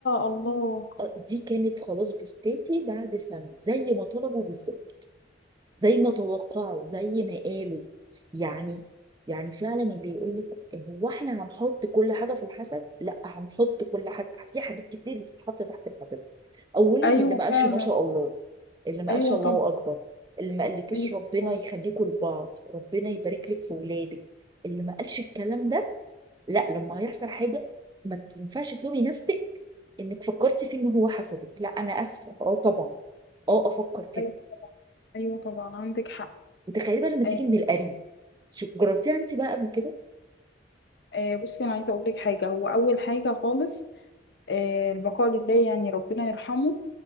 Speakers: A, on the left; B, on the right.
A: الله
B: آه، دي كانت خلاص بوستاتي بعد سنه زي ما طلبوا بالظبط زي ما توقعوا زي ما قالوا يعني يعني فعلا اللي يقول لك هو احنا هنحط كل حاجه في الحسد لا هنحط كل حاجه في حاجات كتير بتتحط تحت الحسد اولهم
A: ايوه
B: اللي ما قالش
A: فعلا
B: ما شاء الله اللي ما
A: ايوه
B: قالش الله
A: طبعا
B: اكبر اللي ما قالكش
A: ايوه
B: ربنا
A: طبعا.
B: يخليكوا لبعض ربنا يبارك لك في ولادك اللي ما قالش الكلام ده لا لما هيحصل حاجه ما ينفعش تلومي نفسك انك فكرتي فيه ان هو حسدك لا انا اسفه اه طبعا اه افكر كده
A: ايوه أيوة طبعا عندك حق
B: وتخيلي بقى لما تيجي
A: آه،
B: من القريب شو جربتيها انت بقى قبل كده
A: آه، بصي انا عايزه اقول لك حاجه هو اول حاجه خالص آه، البقاء لله يعني ربنا يرحمه